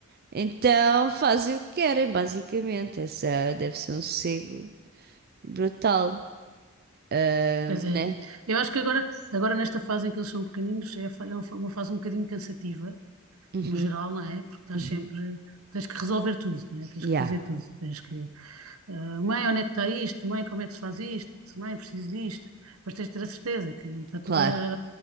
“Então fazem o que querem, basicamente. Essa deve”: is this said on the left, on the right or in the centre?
Right